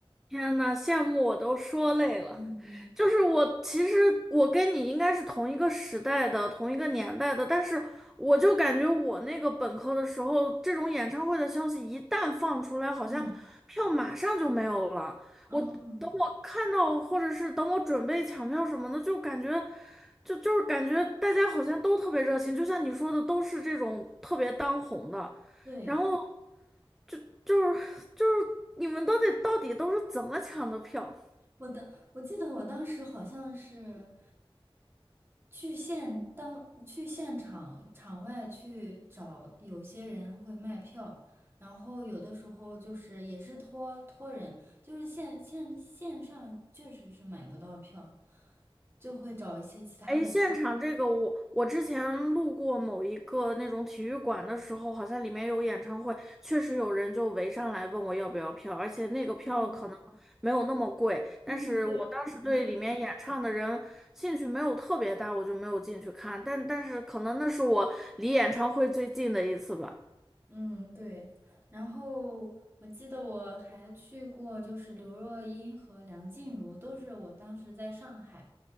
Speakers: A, in the centre; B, on the right.
A: 天呐，羡慕我都说累了。
B: 嗯
A: 就是我，其实我跟你应该是同一个时代的、同一个年代的，但是我就感觉我那个本科的时候，这种演唱会的消息一旦放出来，好像票马上就没有了。
B: 嗯嗯，
A: 我等我看到，或者是等我准备抢票什么的，就感觉，就就是感觉大家好像都特别热情，就像你说的，都是这种特别当红的，
B: 对，
A: 然后。就就是就是你们到底到底都是怎么抢的票？
B: 我的，我记得我当时好像是。去现当去现场场外去找，有些人会卖票，然后有的时候就是也是托托人，就是线线线上确实是买不到票，就会找一些其他的，
A: 哎，现场这个我我之前路过某一个那种体育馆的时候，好像里面有演唱会，确实有人就围上来问我要不要票，而且那个票可能没有那么贵，
B: 嗯
A: 但是我当时对里面演唱的人兴趣没有特别大，
B: 嗯对，然后
A: 我就没有进去看，但但是可能那是我离演唱会最近的一次吧。
B: 嗯，对。然后我记得我还去过，就是刘若英和梁静茹，都是我当时在上海。